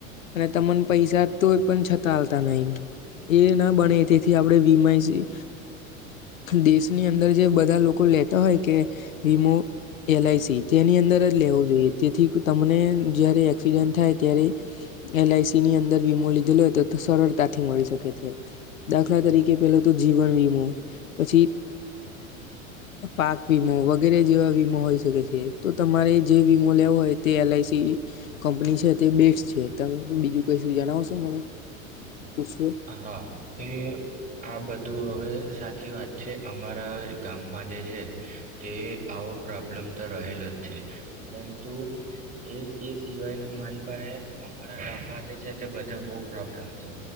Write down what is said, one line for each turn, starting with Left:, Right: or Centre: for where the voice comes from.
Left: અને તમને પૈસા તો પણ છતાં આલતા નહી એ ના બને તેથી આપણે વીમા એસી દેશની અંદર જે બધા લોકો લેતા હોય કે વીમો એલઆઈસી તેની અંદર જ લેવો જોઈએ તેથી તમને જયારે એકસ પીરયન થાય ત્યારે એલઆઈસીની અંદર વીમો લીધેલો હોય તો સરળતાથી મળી શકે છે દાખલા તરીકે પેલો તો જીવન વીમો પછી પાક વીમો વગેરે જેવા વીમો હોઈ શકે છે તો તમારે વીમો લેવો હોય તે એલઆઈસી કંપની છે તે બેટ્સ છે તમે બીજું કશું જણાવશો મને પૂછશો
Right: હા તે આ બધું હવે સાચી વાત છે અમારા ગામ મા જે છે તે આવો પ્રોબ્લેમ તો રહેલો જ છે પરંતુ એ એ સિવાયને મારી પાસે અમારા ગામમાં જે છે તે બધા બવ પ્રોબ્લેમ છે.